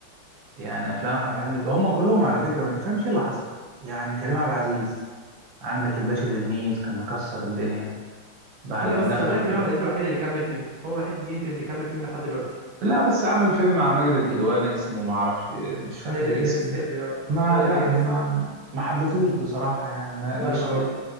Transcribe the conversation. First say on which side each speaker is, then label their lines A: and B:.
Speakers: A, on the right; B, on the right.
A: يعني افلام احمد حلمي هم كلهم على فكره ما تفهمش ايه اللي حصل يعني كريم عبد العزيز عندك الباشا تلميذ كان مكسر الدنيا بعدين
B: لا بس
A: دخل
B: خلي بالك كريم عبد العزيز الوحيد اللي كمل فيهم هو الوحيد يمكن اللي كمل فيهم لحد دلوقتي
A: لا بس عمل فيلم مع ماجد الكدواني اسمه ما اعرفش مش فاكر
B: نادي
A: الاسم
B: الرجال السري اه
A: ما
B: اسمه نادي
A: لا
B: الرجال
A: ما
B: السري
A: ما حبيتهوش بصراحه يعني ما
B: ولا
A: مش
B: أنا برضه
A: ب...